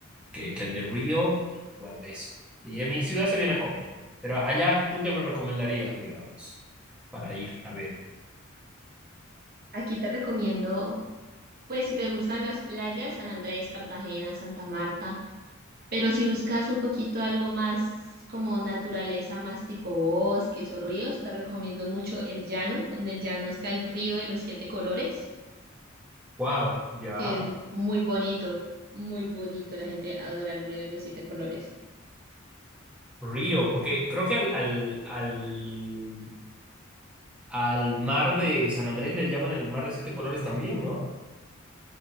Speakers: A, in the centre; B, on the right.
A: que, que el de Río. Y bueno, eso. Y en mi ciudad se viene a comer. Pero allá, ¿tú qué me recomendarías, digamos, para ir a ver?
B: Aquí te recomiendo, pues si te gustan las playas, San Andrés, Cartagena, Santa Marta. Pero si buscas un poquito algo más como naturaleza, más tipo bosques o ríos, te recomiendo mucho el llano. En el llano está el río de los siete colores,
A: Wow, ya.
B: que es muy bonito, muy bonito. La gente adora el río de los siete colores.
A: Río, porque creo que al, al, al, al mar de San Andrés le llaman el mar de siete colores también, ¿no?